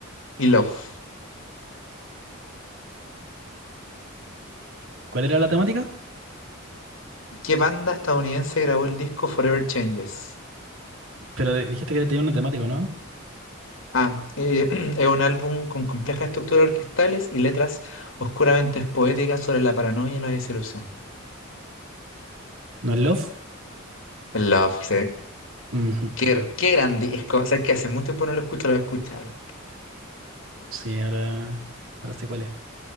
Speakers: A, on the left (about 70°); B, on the right (about 65°).
A: y Love.
B: ¿Cuál era la temática?
A: ¿Qué banda estadounidense grabó el disco Forever Changes?
B: Pero de- dijiste que tenía una temática, ¿no?
A: Ah, eh, <clears throat> es un álbum con complejas estructuras orquestales y letras oscuramente poéticas sobre la paranoia y la desilusión.
B: ¿No es Love?
A: Love, sí.
B: Ujú,
A: Qué,
B: Love.
A: qué gran disco. O sea, es que hace mucho tiempo no lo escucho, lo escucharon.
B: Sí, ahora, ahora sé cuál es.